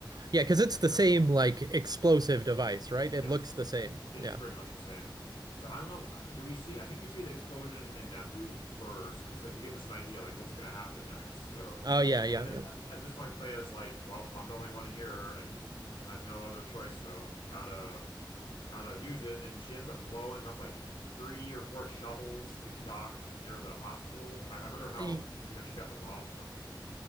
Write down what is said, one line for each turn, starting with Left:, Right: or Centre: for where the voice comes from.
Right: Yeah, because it's the
Left: So
Right: same like explosive device, right? It
Left: Yes.
Right: looks the same.
Left: It-
Right: Yeah.
Left: It's pretty much the same. So I don't know. uh, Do we see? I think we see the explosion in Naboo first, because like to give us an idea like what's going to happen next. So
Right: Oh yeah, yeah,
Left: at this, at this point, Clea's like, "Well, I'm the only one here, and I have no other choice, so gotta gotta use it." And she ends up blowing up like three or four shuttles like docked near the hospital. I, I wonder how
Right: yeah.
Left: because she got the bombs on there.